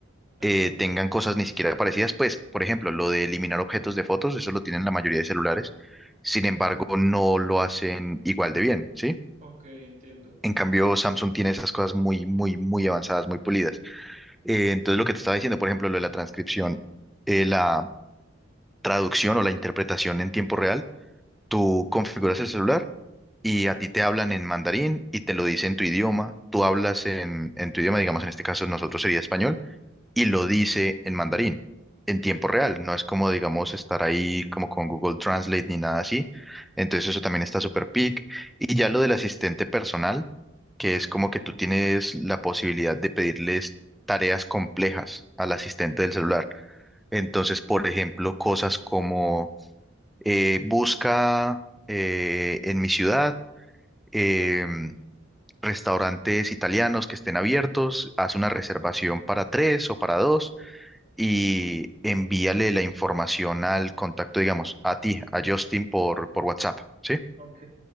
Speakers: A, on the right (about 35°); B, in the centre.
A: Ajá,
B: eh, tengan cosas ni siquiera parecidas. Pues, por ejemplo, lo de eliminar objetos de fotos, eso lo tienen la mayoría de celulares. Sin embargo, no lo hacen igual de bien, ¿sí?
A: ok, entiendo.
B: En cambio, Samsung tiene esas cosas muy, muy, muy avanzadas, muy pulidas. Eh, entonces, lo que te estaba diciendo, por ejemplo, lo de la transcripción, eh, la traducción o la interpretación en tiempo real, tú configuras el celular y a ti te hablan en mandarín y te lo dicen en tu idioma. Tú hablas en, en tu idioma, digamos, en este caso nosotros sería español y lo dice
A: Ujú,
B: en mandarín, en tiempo real. No es como, digamos, estar ahí como con Google Translate ni nada así. Entonces eso también está súper pic Y ya lo del asistente personal, que es
A: Ajá.
B: como que tú tienes la posibilidad de pedirles tareas complejas al asistente del celular. Entonces, por ejemplo, cosas como eh, busca eh, en mi ciudad em, restaurantes italianos que estén abiertos, haz una reservación para tres o para dos y envíale la información al contacto, digamos, a ti, a Justin por, por WhatsApp, ¿sí?
A: Ok,